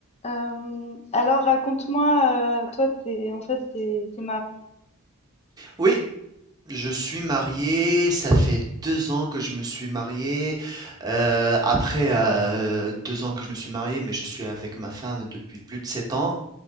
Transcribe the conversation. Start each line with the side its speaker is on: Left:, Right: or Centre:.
Left: Hem, alors raconte-moi, heu, toi t'es en fait t'es es tu
Right: Oui, je suis marié, ça fait 2 ans que je me suis marié. Heu, après, heu, 2 ans que je me suis marié, mais je suis avec ma femme depuis plus de 7 ans.